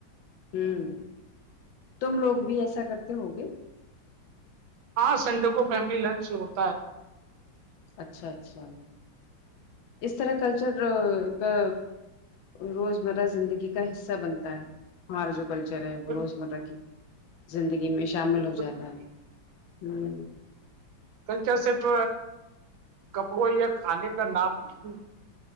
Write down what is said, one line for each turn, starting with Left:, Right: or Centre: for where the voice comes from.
Left: ہوں تم لوگ بھی ایسا کرتے ہو گے
Right: ہاں سنڈے کو فیملی لنچ ہوتا ہے
Left: اچھا اچھا اس طرح کلچر کا روزمرہ زندگی کا حصہ بنتا ہے ہمارا جو کلچر ہے وہ
Right: بالکل
Left: روزمرہ کی زندگی میں شامل ہو
Right: بالکل
Left: جاتا
Right: بالکل
Left: ہے ہ
Right: کل کیا صرف کپڑوں یا کھانے کا نام نہیں